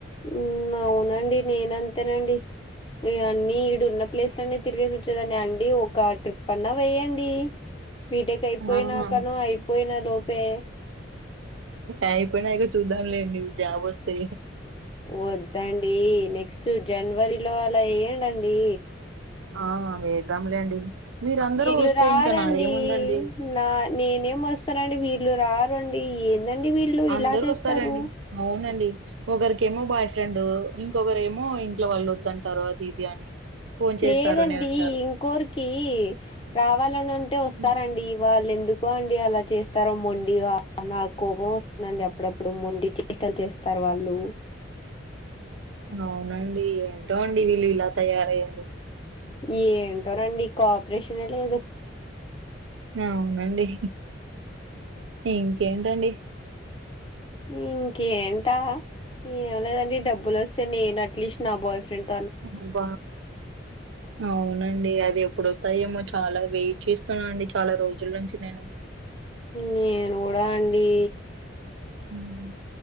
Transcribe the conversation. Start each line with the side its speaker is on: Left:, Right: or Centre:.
Left: మ్మ్ అవునండి నేను అంతేనండి ఇగ అన్ని ఈడున్నప్ ప్లేసులన్నీ తిరిగేసి వచ్చేదాని అండి ఒక ట్రిప్ పన్నా వెయ్యండి బీటెక్ అయిపోయినా
Right: ఆహా
Left: కనో అయిపోయినా లోపే
Right: అయిపోయినంక చూద్దాంలేండి జాబ్ వస్తే
Left: వద్దండి నెక్స్ట్ జనవరి లో అలా వెయ్యండి అండి
Right: ఆ వేద్దాంలేండి మీరు అందరూ
Left: వీళ్ళు
Right: వస్తే
Left: రారండి.
Right: ఇంకా నాది ఏముందండి
Left: నా నేనేం వస్తానండి వీళ్ళు రారండి ఏందండి వీళ్ళు
Right: అందరూ
Left: ఇలా చేస్తారు
Right: వస్తారండి అవునండి ఒకరికేమో బాయ్ ఫ్రెండ్ ఇంకొకరు ఏమో ఇంట్లో వాళ్ళు వద్దుంటారు అది ఇది అని ఫోన్ చేస్తారని
Left: లేదండి
Right: అంటారు
Left: ఇంకొరికి రావాలని ఉంటే వస్తారండి
Right: హ్మ్.
Left: వాళ్ళ ఎందుకో అండి అలా చేస్తారో మొండిగా నాకు కోపం వస్తుందండి అప్ అప్పుడప్పుడు మొండి చేష్టలు చేస్తారు వాళ్ళు
Right: అవునండి ఏంటోండి వీళ్ళు ఇలా తయారయారు
Left: ఏంటో నండి కో ఆపరేషన్ ఎ లేదు
Right: అవునండి ఇంకేంటండి
Left: ఇంకేంట ఏం లేదండి డబ్బులు వస్తే నేను అట్లీస్ట్ నా బాయ్ ఫ్రెండ్
Right: అబ్బ అవునండి అది ఎప్పుడోస్తాయేమో చాలా వెయిట్ చేస్తున్నా అండి చాలా రోజుల నుంచి నేను
Left: నేను కూడా అండి
Right: మ్మ్